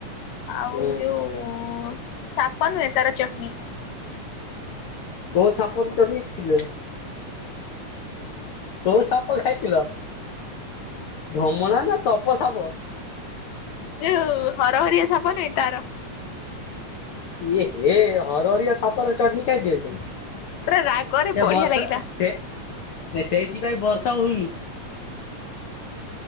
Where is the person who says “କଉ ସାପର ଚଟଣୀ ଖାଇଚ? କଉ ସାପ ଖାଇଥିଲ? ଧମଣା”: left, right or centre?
Left